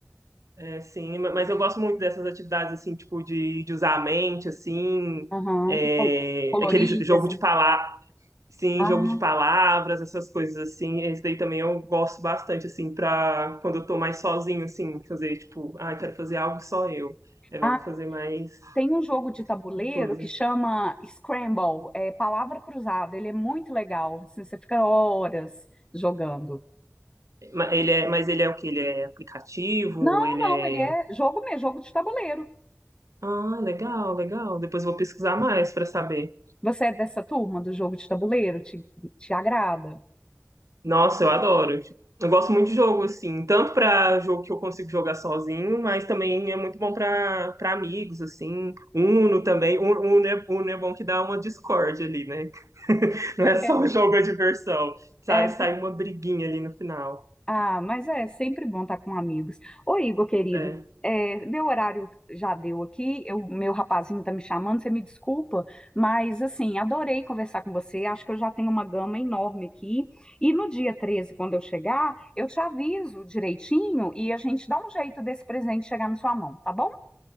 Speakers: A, on the right (about 85°); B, on the left (about 15°).
A: É, sim, ma- mas eu gosto muito dessas atividades, assim, tipo, de, de usar a mente, assim,
B: Aham.
A: é,
B: Col- Coloridas,
A: aquele jo- jogo
B: hein?
A: de palavras, sim,
B: Ah,
A: jogo de palavras, essas coisas, assim, esse daí também eu gosto bastante, assim, pra quando eu tô mais sozinho, assim, fazer, tipo, ah, eu quero fazer algo só eu, é, eu
B: ah,
A: vou fazer mais
B: tem um jogo de
A: esse
B: tabuleiro
A: tipo de coisa.
B: que chama Scramble, é palavra cruzada. Ele é muito legal. assim, você fica horas jogando.
A: Ma- Ele é, mas ele é o que Ele é aplicativo?
B: Não,
A: Ele
B: não,
A: é...
B: ele é jogo mesmo, jogo de tabuleiro.
A: Ah, legal, legal, depois eu vou pesquisar mais pra saber.
B: Você é dessa turma do jogo de tabuleiro? Te, te agrada?
A: Nossa, eu adoro. Tipo, Eu gosto muito de jogo, assim, tanto pra jogo que eu consigo jogar sozinho, mas também é muito bom pra para amigos, assim. Uno também. Uno, Uno é, Uno é bom que dá uma discórdia ali, né? <laughs> Não é só
B: É,
A: o jogo a diversão. Sai,
B: é
A: sai uma briguinha ali no final.
B: Ah, mas é sempre bom estar com amigos. Ô, Igor, querido,
A: É.
B: é, meu horário já deu aqui, eu, meu rapazinho tá me chamando, você me desculpa, mas assim, adorei conversar com você, acho que eu já tenho uma gama enorme aqui. E no dia 13, quando eu chegar, eu te aviso direitinho e a gente dá um jeito desse presente chegar na sua mão, tá bom?